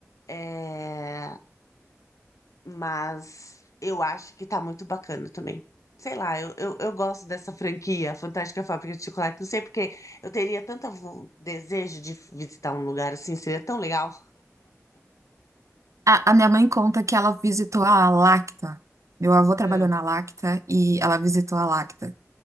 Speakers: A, on the left; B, on the right.
A: é, mas eu acho que tá muito bacana também. Sei lá, eu, eu, eu gosto dessa franquia, Fantástica Fábrica de Chocolate. Não sei porque eu teria tanto desejo de visitar um lugar assim, seria tão legal.
B: A, a minha mãe conta que ela visitou a Lacta. Meu avô trabalhou
A: É.
B: na Lacta e ela visitou a Lacta.